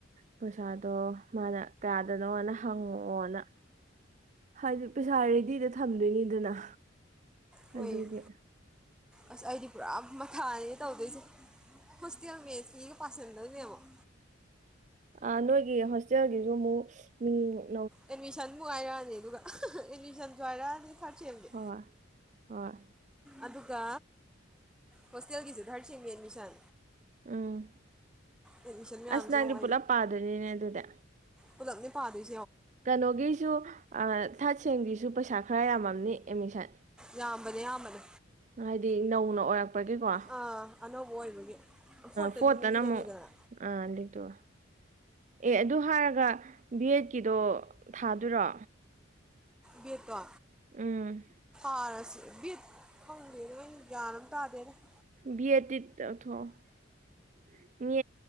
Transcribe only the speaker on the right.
ꯄꯩꯁꯥꯗꯣ ꯃꯥꯅ ꯀꯌꯥꯗꯅꯣꯅ ꯍꯡꯉꯛꯑꯣꯅ ꯍꯥꯏꯗꯤ ꯄꯩꯁꯥ ꯔꯦꯗꯤꯗ ꯊꯝꯗꯣꯏꯅꯤꯗꯅ
ꯑꯗꯨꯒꯤ
ꯑꯥ ꯅꯣꯏꯒꯤ ꯍꯣꯁꯇꯦꯜꯒꯤꯁꯨ ꯑꯃꯨꯛ ꯎꯝ
ꯍꯣꯏ ꯍꯣꯏ
ꯑꯝ
ꯑꯁ ꯅꯪꯗꯤ
ꯄꯨꯂꯞ ꯄꯥꯗꯣꯏꯅꯤꯅꯦ ꯑꯗꯨꯗꯤ
ꯀꯩꯅꯣꯒꯤꯁꯨ ꯑ ꯊꯥꯔꯠ ꯁꯦꯟꯒꯤꯁꯨ ꯄꯩꯁꯥ ꯈꯔ ꯌꯥꯝꯃꯝꯅꯤ ꯑꯦꯠꯃꯤꯁꯟ
ꯍꯥꯏꯗꯤ ꯅꯧꯅ ꯑꯣꯏꯔꯛꯄꯒꯤꯀꯣ ꯑ
ꯐꯣꯔꯠꯇꯅ
ꯑꯃꯨꯛ ꯑꯥ ꯂꯤꯛꯇꯔꯣ ꯑꯦ ꯑꯗꯨ ꯍꯥꯏꯔꯒ ꯕꯤ ꯑꯦꯠ ꯀꯤꯗꯣ ꯊꯥꯗꯨꯔꯣ
ꯎꯝ
ꯕꯤꯑꯦꯠꯇꯤ ꯇꯧꯊꯣꯛꯑꯣ